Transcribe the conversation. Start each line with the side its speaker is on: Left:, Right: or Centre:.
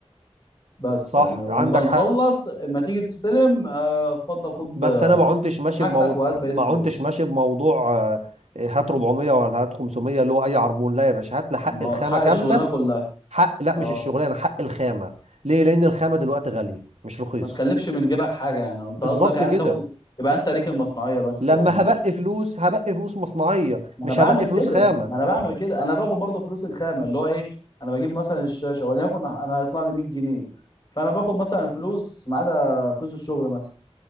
Left: بس
Right: صح
Left: يعني وبنخلص
Right: عندك حق
Left: ما تيجي تستلم آه، اتفضل خد
Right: بس
Left: آه،
Right: أنا ما عنتش ماشي
Left: خد حاجتك
Right: بمو...
Left: وهات بقية
Right: ما
Left: فلوسي
Right: عنتش ماشي بموضوع آه، إيه، هات 400 ولا هات 500 اللي هو أي عربون لا يا باشا هات لي حق
Left: ما-
Right: الخامة
Left: هو حق الشغلانة
Right: كاملة
Left: كلها
Right: حق لا
Left: اه
Right: مش الشغلانة حق الخامة ليه؟ لأن الخامة دلوقتي غالية مش رخيص
Left: ما تكلفش من جيبك حاجة يعني انت
Right: بالظبط
Left: قصدك يعني
Right: كده
Left: تاخد يبقى انت ليك المصنعية بس
Right: لما
Left: يعني وكده
Right: هبقي فلوس هبقي فلوس مصنعية
Left: ما
Right: مش
Left: انا بعمل
Right: هبقي
Left: كده
Right: فلوس خامة
Left: ما انا بعمل كده انا باخد برضه فلوس الخامة اللي هو ايه انا بجيب مثلا الشاشة وليكن انا هيطلع لي 100 جنيه فانا باخد مثلا فلوس ما عدا فلوس الشغل مثلا